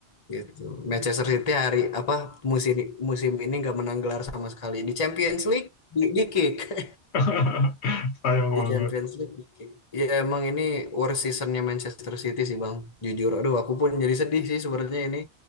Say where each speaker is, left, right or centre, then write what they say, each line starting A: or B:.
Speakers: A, on the left (about 35°); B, on the left (about 75°).
A: Gitu. Manchester City hari apa musim musim ini nggak menang gelar sama sekali. Di Champions League di, di kick. <laughs>
B: <laughs> Sayang
A: Di
B: banget.
A: Champions League di kick. Ya emang ini worst seasonnya Manchester City sih Bang. Jujur, aduh aku pun jadi sedih sih sebenarnya ini.